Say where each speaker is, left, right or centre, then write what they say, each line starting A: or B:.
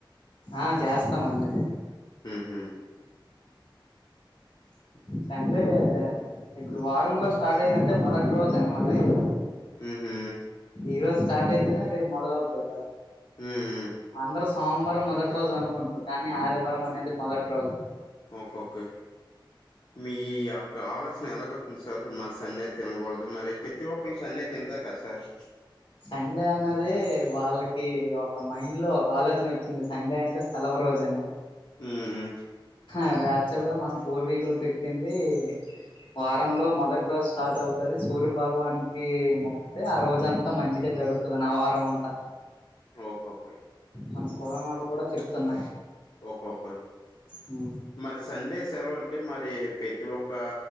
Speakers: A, on the left; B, on the left.
A: ఆ చేస్తామండి
B: ఉహు <inaudible>
A: సండే, ఇప్పుడు వారంలో స్టార్ట్ అయిందంటే మొదటి రోజు అనమాట అయేది.
B: ఉహూ
A: ఈరోజు స్టార్ట్ అయితేనే రేపు మొదలవుతది కదా
B: ఊ ఊ
A: అందరూ సోమవారం మొదటి రోజు అనుకుంటారు కానీ ఆదివారం అనేది మొదటి రోజు.
B: ఓకే ఓకే మీ యొక్క ఆలోచన ఎలాగౌతుంది సార్ మరి సండే తినకూడదు, మరి ప్రతి ఒక్కరు సండే తింటారు కదా సార్.
A: సండే అన్నది వాళ్ళకి ఒక మైండ్ లో ఒక ఆలోచన వచ్చింది సండే అంటే సెలవు రోజేనా
B: ఉమ్
A: అది యాక్చువల్ గా మన పూర్వీకులు పెట్టింది వారంలో మొదటి రోజు స్టార్ట్ అవుతది సూర్య భగవానుకి మొక్కితే ఆరోజు దంతా మంచిగా జరుగుతది ఆ వారం అంతా
B: ఓహొ
A: మన పురాణాలు కూడా చెప్తున్నా
B: ఒకే ఒకే
A: ఉ
B: మరి సండే సెలవు అంటే మరి ప్రతి ఒక్క